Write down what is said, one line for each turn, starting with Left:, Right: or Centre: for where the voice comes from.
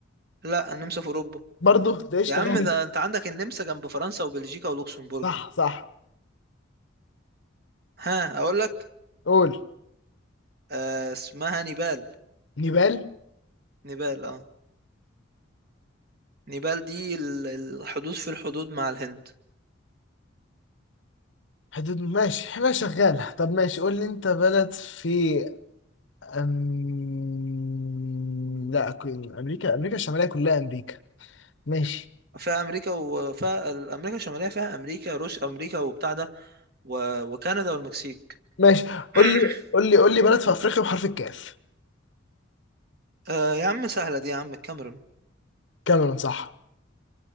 Right: لا النمسا في اوروبا
Left: برضه ده اشتغالي
Right: يا عم ده انت عندك النمسا جنب فرنسا وبلجيكا ولوكسمبورج
Left: صح صح
Right: ها اقول لك
Left: قول
Right: آه اسمها نيبال
Left: نيبال
Right: نيبال اه نيبال دي ال- الحدود في الحدود مع الهند
Left: حدود ماشي ما شغالة طب ماشي قول لي انت بلد في أم... لا كو- امريكا امريكا الشمالية كلها امريكا ماشي
Right: فيها امريكا وفيها امريكا الشماليه فيها امريكا روس امريكا وبتاع ده و- وكندا والمكسيك
Left: ماشي
Right: <clears throat>
Left: قول لي قول لي قول لي بلد في افريقيا بحرف الكاف
Right: آه يا عم سهله دي يا عم الكاميرون
Left: كاميرون صح